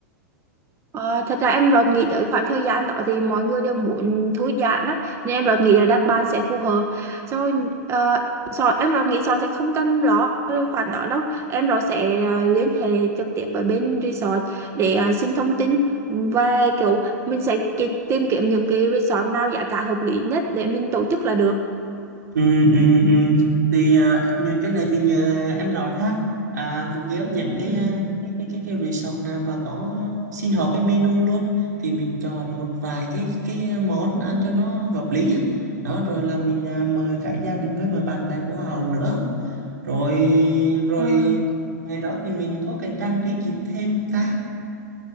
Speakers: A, on the right; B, on the right.
A: ờ, thật ra em rồi nghĩ tới khoảng thời gian đó thì mọi người đều muốn thư giãn á, nên em rồi nghĩ là đặt bàn sẽ phù hợp. Rồi, ờ, Sòn- em rồi nghĩ Sòn sẽ không cần lo về khoản đó đâu. Em rồi sẽ ờ, liên hệ trực tiếp với bên resort để ờ, xin thông tin và kiểu mình sẽ ki- tìm kiếm những cái resort nào giá cả hợp lý nhất để mình tổ chức là được.
B: Ừ, ừ, ừ. thì à, nhờ cái này thì nhờ em rõ ha à, vừa kiếm những cái
A: Ừ,
B: à, cái cái cái, cái resort nào mà có xin họ cái menu luôn thì mình chọn một vài cái cái món ăn cho nó hợp lý á. đó rồi là mình à, mời cả gia đình với mời bạn bè của Hậu nữa rồi rồi
A: ừ,
B: ngày đó thì mình có cần trang trí gì thêm không ta